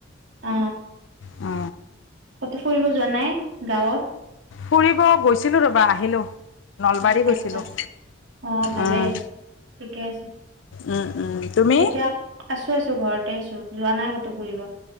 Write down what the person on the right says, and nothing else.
অ
কতো ফুৰিব যোৱা নাই গাঁৱত
আচ্ছা
আচ্ছা অ ভালে
ঠিকে আছে
এতিয়া আছো আছো ঘৰতে আছো যোৱা নাই ক'তো ফুৰিব